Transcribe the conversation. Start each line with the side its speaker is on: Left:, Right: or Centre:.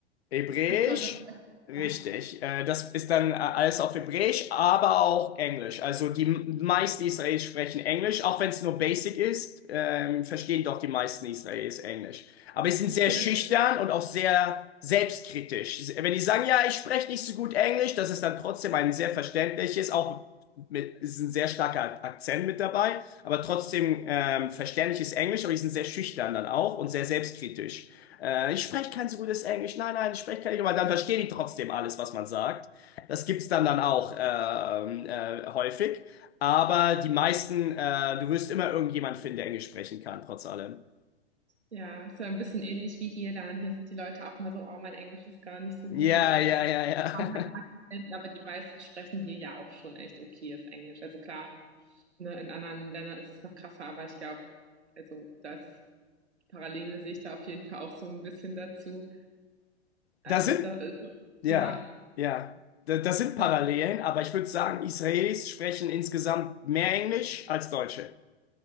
Left: Hebräisch,
Right: Ach so, das ist
Left: richtig.
Right: ja.
Left: Äh, das ist dann äh, alles auf Hebräisch, aber auch Englisch. Also die m- meisten Israelis sprechen Englisch, auch wenn es nur Basic ist, ähm, verstehen doch die meisten Israelis Englisch. Aber sie sind
Right: Okay,
Left: sehr schüchtern
Right: das
Left: und auch sehr selbstkritisch. Wenn die sagen, ja, ich spreche nicht so gut Englisch, das ist dann trotzdem ein sehr verständliches, auch mit, ist ein sehr starker Akzent mit dabei, aber trotzdem ähm, verständliches Englisch, aber die sind sehr schüchtern dann auch und sehr selbstkritisch. Äh, ich spreche kein so gutes Englisch. Nein, nein, ich spreche kein Englisch. Aber dann verstehen die trotzdem alles, was man sagt. Das gibt's dann dann auch ähm, äh, häufig. Aber die meisten, äh, du wirst immer irgendjemand finden, der Englisch sprechen kann, trotz allem.
Right: ja, ist ja ein bisschen ähnlich wie hier dann. Hier sind die Leute auch mal so, oh, mein Englisch ist gar nicht so
Left: Ja,
Right: gut oder
Left: ja, ja, ja.
Right: haben halt
Left: <laughs>
Right: Akzent, aber die meisten sprechen hier ja auch schon echt okayes Englisch. Also klar, ne, in anderen Ländern ist es noch krasser, aber ich glaube, also da ist es, Parallele sehe ich da auf jeden Fall auch so ein bisschen dazu. Also
Left: Da sind,
Right: da,
Left: ja,
Right: ja,
Left: ja. Da, das sind Parallelen,
Right: das
Left: aber ich würde sagen, Israelis sprechen insgesamt mehr Englisch als Deutsche.